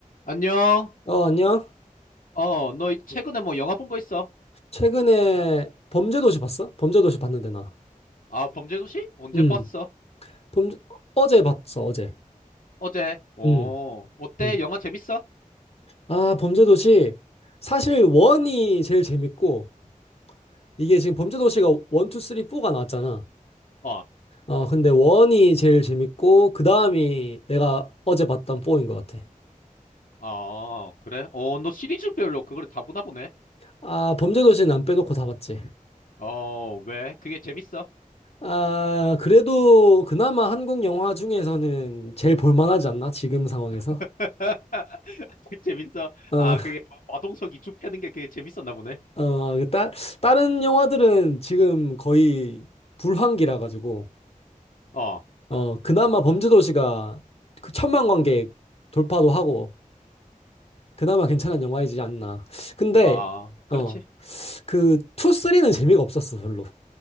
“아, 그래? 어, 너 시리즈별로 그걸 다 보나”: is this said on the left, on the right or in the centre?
Left